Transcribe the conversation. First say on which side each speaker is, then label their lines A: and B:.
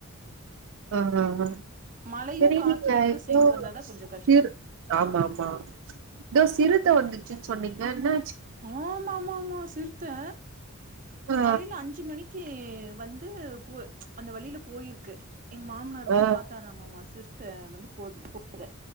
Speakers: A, on the right (about 65°); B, on the right (about 40°).
A: ஆ ஆ ஆ
B: மழையு
A: செரி
B: காத்து
A: நீங்க
B: ரெண்டு
A: ஏதோ
B: சேந்து வந்தாதா கொஞ்சோ கஷ்டோ
A: சி ஆமா ஆமா இதோ சிறுத்த வந்துச்சுன்னு சொன்னீங்க என்ன
B: ஆமமா ஆமா சிருத்தை காலையில்
A: ஆ
B: அஞ்சு அஞ்சு மணிக்கு வந்து போ அந்த வழியில போயிருக்கு எங்க மாமனார் வந்து
A: ஆ
B: பாத்தாராமாம சிறுத்தை வந்து போது போத